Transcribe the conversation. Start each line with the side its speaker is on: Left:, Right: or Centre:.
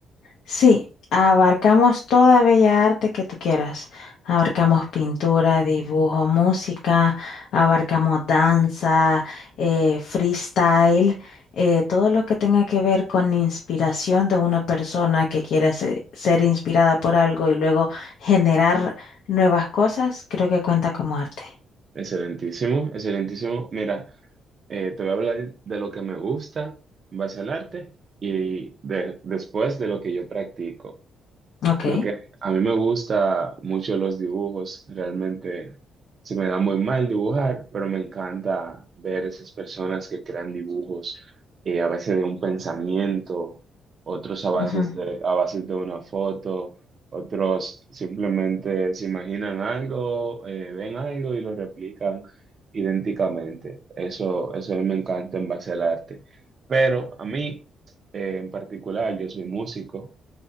Left: Sí, abarcamos toda bella arte que tú quieras. Abarcamos pintura, dibujo, música, abarcamos danza, eh, freestyle, eh, todo lo que tenga que ver con inspiración de una persona que quiera se- ser inspirada por algo y luego generar nuevas cosas, creo que cuenta como arte.
Right: Excelentísimo, excelentísimo. Mira, eh, te voy a hablar de lo que me gusta en base al arte y de- después de lo que yo practico.
Left: Ok.
Right: Lo que a mí me gusta mucho los dibujos, realmente se me da muy mal dibujar, pero me encanta ver esas personas que crean dibujos, eh, a veces de un pensamiento, otros a bases
Left: Ujú,
Right: de, a bases de una foto, otros simplemente se imaginan algo, eh, ven algo y lo replican idénticamente. Eso, eso a mí me encanta en base al arte. Pero a mí, eh, en particular, yo soy músico